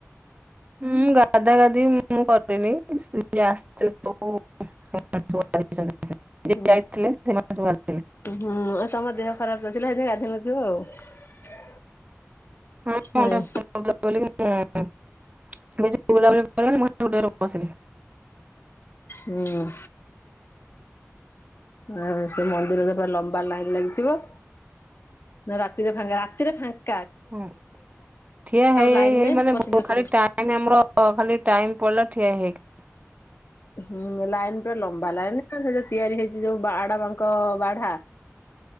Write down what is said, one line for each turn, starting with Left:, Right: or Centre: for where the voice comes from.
Right: ମୁଁ ଗାଧା ଗାଧି ମୁଁ କଦିନି ସିଏ ଆସିଥିଲେ ସ ଯିଏ
Left: ହୁଁ
Right: ଯାଇଥିଲେ ସେ ମାନେ ସ ଆଣି
Left: ହୁଁ ଆଉ ତମ ଦେହ ଖରାପ୍ ତ ଥିଲା ସେଇଥି ପାଇଁ ଗାଧେଇ ନଥିବ ଆଉ।
Right: <unintelligible>
Left: ନାଇଁ ହୁଁ। ଆଉ ସେ ମନ୍ଦିର ରେ ବା ଲମ୍ବା ଲାଇନ୍ ଲାଗିଥିବ। ନା ରାତିରେ ଫାଙ୍କା ରାତିରେ ଫାଙ୍କ୍
Right: ହୁଁ ଠିଆ ହେଇ
Left: ଲାଇନ
Right: ହେଇ ହେଇ
Left: ନାହିଁ
Right: ମାନେ
Left: ପଶିଯିବ
Right: ବହୁ
Left: ଶୀଘ୍ର।
Right: ଟାଇମ୍ ଆମର ଖାଲି ଟାଇମ୍ ପଲା ଠିଆ ହେଇକ୍
Left: ଖ୍ ଲାଇନ୍ ପୁରା ଲମ୍ବା ଲାଇନ୍ ସେ ଯୋଉ ତିଆରି ହେଇ ଯୋଉ ବାଡ୍ ବାଙ୍କ ବାଢା